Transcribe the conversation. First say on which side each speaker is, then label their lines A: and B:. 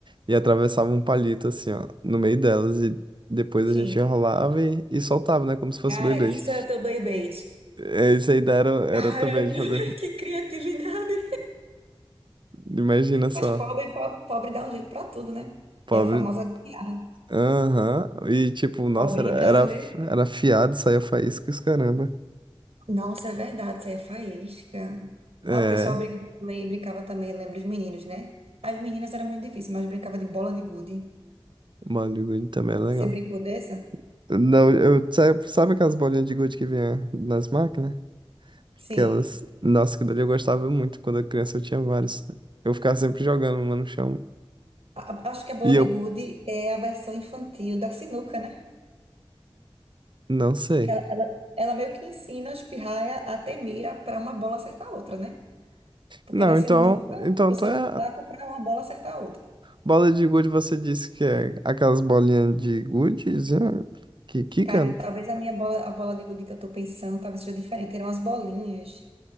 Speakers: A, on the right; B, on the right.
A: E atravessava um palito assim, ó, no meio delas. E depois
B: Sim.
A: a gente enrolava e, e soltava, né? Como se fosse
B: Cara,
A: Beyblade.
B: isso era teu Beyblade.
A: É, Isso aí daí era, era
B: Caramba,
A: também
B: <laughs>
A: de fazer.
B: que criatividade.
A: Imagina só,
B: Mas pobre, po- pobre, dá um jeito pra tudo, né?
A: pobre.
B: É a famosa gambiarra.
A: Aham. E tipo, nossa,
B: Pobre
A: era, era,
B: e brasileiro.
A: era afiado, saía faísca e os caramba.
B: Nossa, é verdade, saía faísca.
A: É,
B: Aí o pessoal brincava também, brincava também, lembra os meninos, né? As meninas era muito difícil, mas brincava de bola de gude.
A: bola de gude também era legal.
B: Você brincou dessa?
A: Não, eu, sabe, sabe aquelas bolinhas de gude que vinha nas máquinas?
B: Sim.
A: Aquelas. Nossa, que dali eu gostava muito. Quando eu criança eu tinha várias. Eu ficava sempre jogando uma no chão.
B: A- a- acho que a bola
A: E eu
B: de gude é a versão infantil da sinuca, né?
A: não sei.
B: Que ela, ela, ela meio que ensina os pirraia a ter mira para uma bola acertar a outra, né? Porque
A: Não,
B: na sinuca
A: então, então
B: você
A: tu é
B: usa um taco para uma bola acertar a outra.
A: bola de gude você disse que é aquelas bolinhas de gude é, que quicam?
B: Cara, talvez a minha bola, a bola de gude que eu tô pensando, talvez seja diferente. Eram as bolinhas.